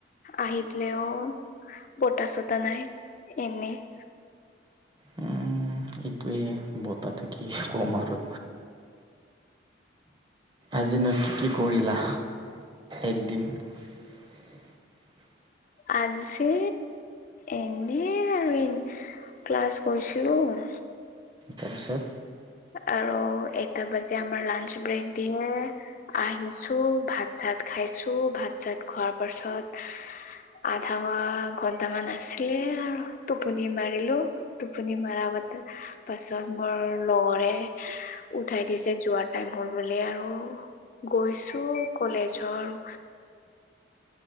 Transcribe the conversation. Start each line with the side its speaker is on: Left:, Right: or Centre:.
Left: আহি দিলেও- বটা চতা নাই, এনেই।
Right: উম এইটোৱে বতাহ থাকি কি ক'ম আৰু। আজি নহ কি কৰিলা একদিন? <unintelligible>
Left: আজি এনেই আৰু এনে- ক্লাছ কৰিছিলোঁ।
Right: তাৰপিছত?
Left: আৰু এটা বাজে আমাৰ লাঞ্চ ব্ৰেক দিয়ে। আহিছো ভাত চাত খাইছো ভাত চাত খোৱাৰ পাছত আধা ঘ ঘন্টামান আছিলে আৰু টোপনি মাৰিলো। টোপনি মৰা বাতা পাছত মোৰ লগৰে উঠাই দিছে যোৱাৰ টাইম হ'ল বুলি আৰু। গৈছো কলেজৰ